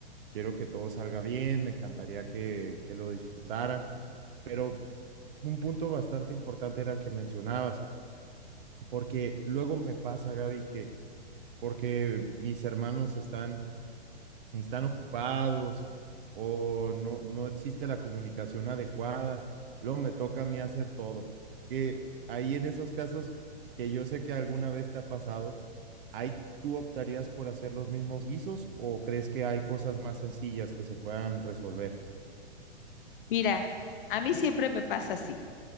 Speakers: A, on the right (about 55°); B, on the left (about 50°).
A: Quiero que todo salga bien, me encantaría que, que lo disfrutaran, pero un punto bastante importante era el que mencionabas porque luego me pasa, Gaby, que porque mis hermanos están, están ocupados o no, no existe la comunicación adecuada, luego me toca a mí hacer todo. Que ahí en esos casos que yo sé que alguna vez te ha pasado, ahí ¿tú optarías por hacer los mismos guisos o crees que hay cosas más sencillas que se puedan resolver?
B: Mira, a mí siempre me pasa así.